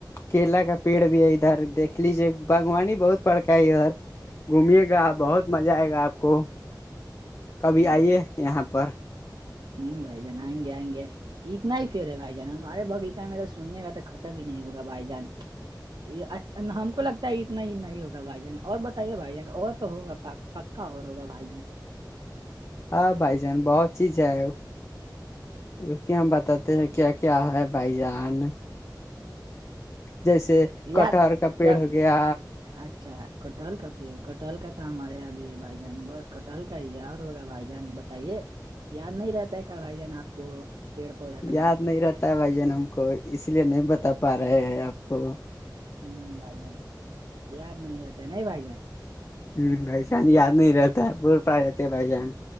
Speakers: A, on the left; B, on the right.
A: کیلا کا پیڑ بھی ہے ادھر دیکھ لیجیے باغوانی بہت بڑکا ہے ادھر گھمیے گا بہت مزہ آئے گا آپ کو کبھی آئیے
B: ہ
A: یہاں پر
B: ہوں بھائی جان آئیں گے آئیں گے اتنا ہیر ہے بھائی جان ہم ارے بغیچہ میںیرا سنیے گا تو ا بھی نہیں ہوگا بھائی جان ہم کو لگتا ہے اتنا ہی نہیں ہوگا بھائی جان اور بتائیے بھائی جان اور تو ہوگا پکا اور ہوگا بھائی جان
A: ہاں بھائی جان بہت چیز ہے لک ہم بتاتے ہیں کیا کیا ہے بائی جان جیسے
B: یاد
A: کٹہر کا پیڑ
B: کیا
A: ہو گیا
B: اچھا کوٹل کا پے کوٹل کا تو ہمارے یہابی ہے بھائی جان بس کوٹہل کا ہی ہے اور ہوگا بھائی جان بتائیے یاد نہیں رہتا ہے کیا بھائی جان آپ کو پیڑ پودا کا نام
A: یاد نہیں رہتا ہے بھائی جان ہم کو اس لیے نہیں بتا پا رہے ہیں آپ کو
B: ہمم بھائی جان یاد نہیں رہتے نہیں بھائی جان
A: ہمم بھائی جان یاد نہیں رہتا ہے بول پا رہتے بھائی جان